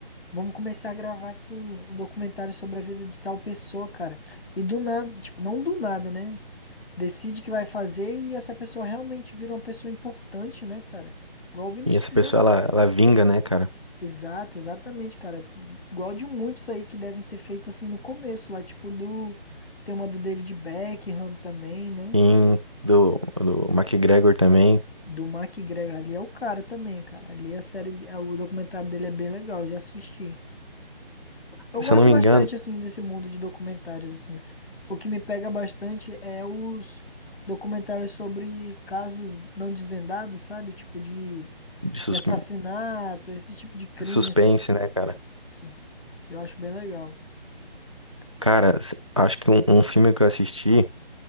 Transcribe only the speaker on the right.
E essa
pessoa, ela, ela vinga, né, cara?
Em do, do McGregor também,
se eu não me
engano,
de sus-
suspense,
né, cara?
Cara, s- acho que um, um filme que eu assisti